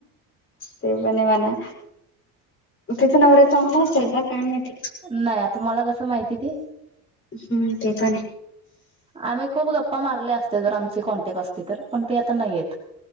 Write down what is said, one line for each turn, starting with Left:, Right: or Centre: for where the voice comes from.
Left: ते पन हे म्हणा. तिचा नवरा चांगला असेल का? काय माहित.
Right: नाही आता मला कसं माहिती ते
Left: हम्म. ते पण यं.
Right: आम्ही खूप गप्पा मारले असते. जर आमची कॉन्टॅक्ट असते तर पण ते आता नाहीत...